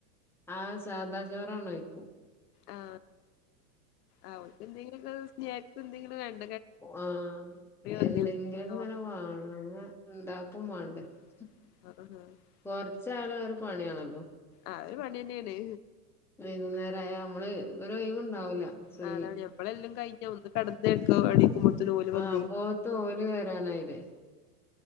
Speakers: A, in the centre; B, on the left (about 70°).
A: ആ സാദാ ചോറാണ് വെയ് യ്ക്കും.
B: ആ ആ ഓലിക്ക് എന്തെങ്കിലും ഒക്കെ സ്നാക്സ് എന്തെങ്കിലും വേണ്
A: ആ
B: എന്തെങ്കിലൊക്കെ
A: എന്തെങ്കിലും ഇങ്ങനെ
B: വാണം
A: വേണങ്കി ഇണ്ടാ <unintelligible>
B: <unintelligible>
A: കൊറച്ചാണേലും ഒരു പണിയാണല്ലോ.
B: അതൊരു പണിയന്നെ ആണ്.
A: വൈകുന്നേരം ആയാല് നമ്മള് ഒരു ഒഴിവ് ഒണ്ടാകൂല്ല ഫ്രീ
B: ആ അതാണ് ഞമ്മളെല്ലാം കഴിഞ്ഞ ഒന്ന് കടന്നേക്ക എണീക്കുമ്പോത്തിന് ഓല് വന്നീല്ല
A: ആ അപ്പോത്തോല് വരാനായില്ലേ